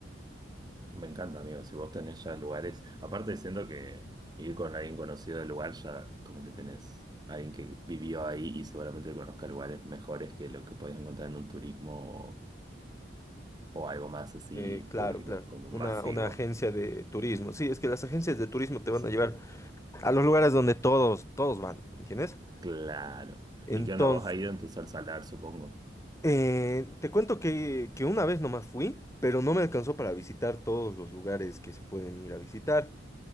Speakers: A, on the right; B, on the left.
A: Me encanta, amigo. Si vos tenés ya lugares, aparte siento que ir con alguien conocido del lugar ya como que tenés alguien que vivió ahí y seguramente conozca lugares mejores que lo que podés encontrar en un turismo o, o algo más así
B: Eh, claro,
A: público,
B: claro.
A: como
B: Una,
A: masivo.
B: una agencia de turismo. Sí, es que las agencias de turismo te
A: Sí,
B: van a llevar a los lugares donde todos, todos van, ¿entiendes?
A: claro.
B: Entonces,
A: ¿Y qué onda? ¿Vos has ido en tu sal salar, supongo?
B: eh, te cuento que, que una vez nomás fui, pero no me alcanzó para visitar todos los lugares que se pueden ir a visitar.